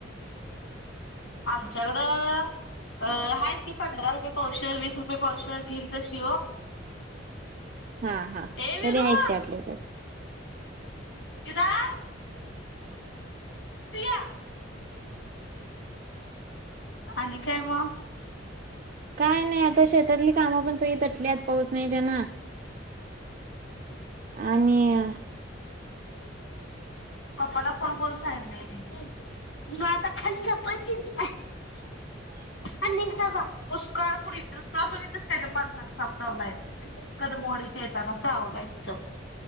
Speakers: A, on the left; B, on the right.
A: आमच्याकडं अ-हायत की पंधरा रुपये पावशेर वीस रुपये पावशेर घील तशी ओ.
B: हा हा
A: ए विरू
B: तरी हायत त्याल्या त्यात.
A: दीदा. इकड य. आणि काय म?
B: काय नाय आता शेतातली कामं पण सगळी तटल्यात पाऊस नाय तेन. आणि
A: पप्पाला फोन करून सांगितलंय मी. हम्म. मग आता खाली झोप मन दिदी ला
B: <inaudible>
A: आई निघतो ग. मुसकाड फोडीन साप बघितलास काय माणसाला साप चावलाय. कदमवाडी च्या येताना चावलाय तिथ.